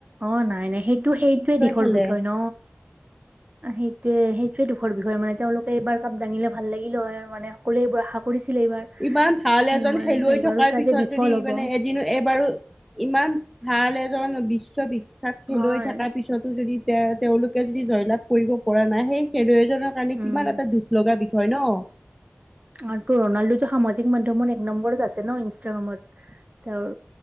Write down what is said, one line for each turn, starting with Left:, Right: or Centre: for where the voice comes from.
Right: অ নাই নাই সেইটো সেইটোৱে দিশৰ
Centre: খেলে
Right: বিষয় ন সেইটোৱে সেই সেই দুখৰ বিষয় মানে তেওঁলোকে এইবাৰ কাপ দাঙিলে ভাল লাগিলে মানে সকলোৱে বোৰ আশা কৰিছিলে এইবাৰ।
Centre: ইমান ভাল
Right: এইবাৰ
Centre: এজন খেলুৱৈ
Right: এইবাৰো
Centre: থকাৰ
Right: চাগে
Centre: পিছত
Right: বিফল
Centre: যদি
Right: হ'ব
Centre: মানে এদিনো এবাৰো ইমান ভাল এজন বিশ বিশ্ববিখ্যাত খেলুৱৈ
Right: হয়
Centre: থকাৰ পিছতো যদি তেওঁ তেওঁলোকে যদি জয়লাভ কৰিব পৰা নাই সেই খেলুৱৈ জনৰ কাৰণে
Right: উম
Centre: কিমান এটা দুখ লগা বিষয় ন
Right: আৰু ত ৰনাল্ডোটো সামাজিক মাধ্যমৰ এক নম্বৰত আছে ন ইনষ্টাগ্ৰামত তেওঁৰ